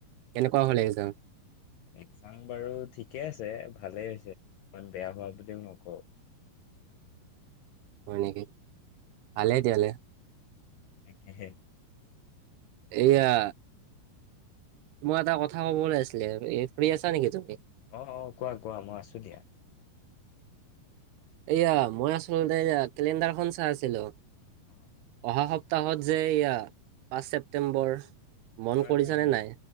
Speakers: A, on the right (about 80°); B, on the left (about 80°).
A: কেনেকুৱা হ'ল একজাম?
B: একজাম বাৰু ঠিকে আছে, ভালেই হৈছে, ইমান বেয়া হোৱা বুলিও নকওঁ।
A: হয় নেকি? ভালে তেতিয়া হ'লে।
B: তাকেহে।
A: এয়া মই এটা কথা ক'বলৈ আছিলে, ফ্ৰি আছা নেকি তুমি?
B: অ', অ', কোৱা কোৱা মই আছো দিয়া।
A: এয়া, মই আচলতে কেলেণ্ডাৰখন চাই আছিলো।
B: অ',
A: অহা সপ্তাহত যে এয়া পাঁচ ছেপ্টেম্বৰ মন
B: হয়,
A: কৰিছানে
B: হয়, হয়।
A: নাই